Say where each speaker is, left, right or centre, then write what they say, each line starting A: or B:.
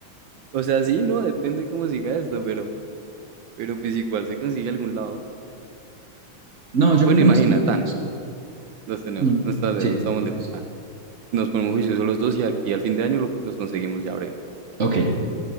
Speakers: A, on the right; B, on the right.
A: o sea, sí, no, depende cómo siga esto, pero, pero pues igual se consigue algún lado.
B: No, yo
A: Bueno,
B: creo que
A: imagina,
B: no estoy lejos.
A: tan, los tenemos,
B: Mm,
A: no, está lejos,
B: sí,
A: no estamos lejos,
B: sí, sí.
A: tan. Nos ponemos juiciosos los dos y aquí al fin de año lo- los conseguimos ya breves.
B: Ok,